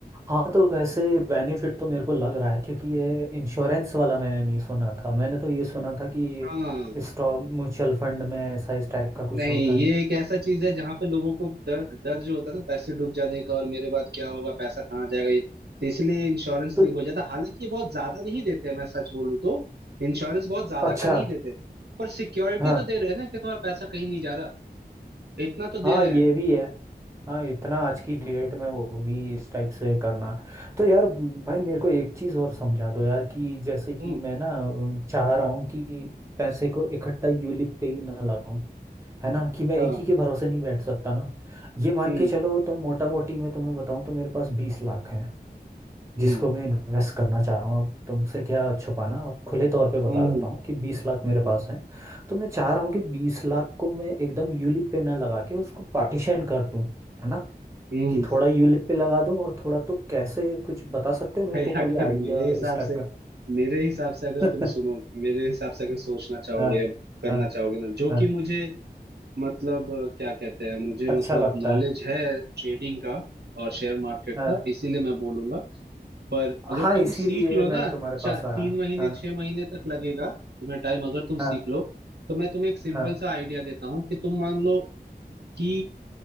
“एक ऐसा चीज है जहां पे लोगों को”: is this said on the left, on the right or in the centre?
Right